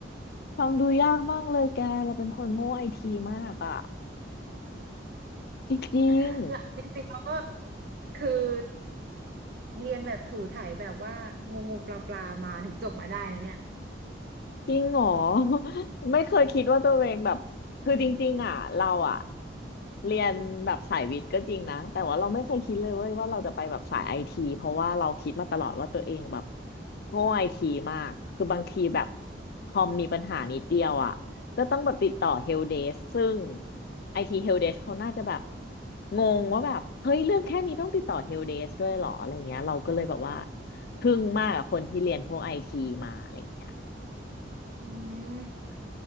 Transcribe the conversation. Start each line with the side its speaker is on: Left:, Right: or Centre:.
Left: ฟังดูยากมากเลยแกเราเป็นคนโง่ไอทีมากอะจริง
Right: <laughs> ละจริงๆเราก็คือเรียนแบบถูไถแบบว่างูงูปลาปลามาถึงจบมาได้นะเนี่ย
Left: จริงเหรอ <laughs> ไม่เคยคิดว่าตัวเองแบบคือจริงๆอ่ะเราอ่ะเรียนแบบสายวิทย์ก็จริงนะแต่ว่าเราไม่เคยคิดเลยเว้ยว่าเราจะไปแบบสายไอทีเพราะว่าเราคิดมาตลอดว่าตัวเองแบบโง่ไอทีมากคือบางทีแบบคอมมีปัญหานิดเดียวอ่ะก็ต้องแบบติดต่อเฮลเดสซึ่งไอทีเฮลเดสเขาน่าจะแบบงงว่าแบบเฮ้ยเรื่องแค่นี้ต้องติดต่อเฮลเดสด้วยเหรออะไรเงี้ยเราก็เลยแบบว่าทึ่งมากกับคนที่เรียนพวกไอทีมาอะไรเงี้ย
Right: อืม